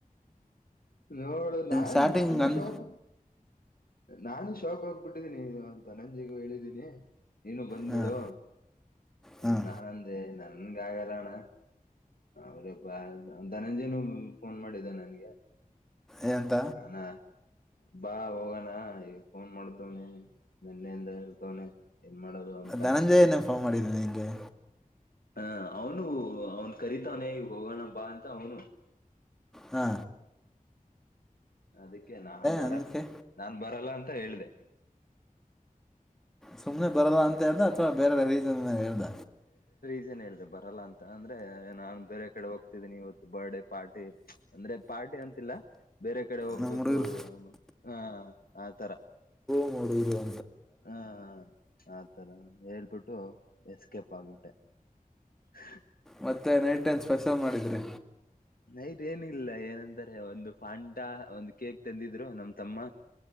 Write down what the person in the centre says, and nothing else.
ಸ್ಟಾರ್ಟಿಂಗ್
ಅನ್
ಹಾಂ
ಹಾಂ
ಏನಂತ
ಧನಂಜಯನೇ ಫೋನ್ ಮಾಡಿದ್ದೀನಿ ನಿನಗೆ
ಹಾ
ಅದಕ್ಕೆ
ಸುಮನೆ ಬರದ ಅಂತ ಹೇಳ್ದ ಅಥವಾ ಬೇರೆ ರೀನ್ ಹೇಳ್ದ
ನಮ್ಮ ಹುಡುಗರು
ಮೂಡ
ಮತ್ತೆ ನೈಟ್ ಟೈಮ್ ಸ್ಪೆಷಲ್ ಮಾಡಿದ್ರಿ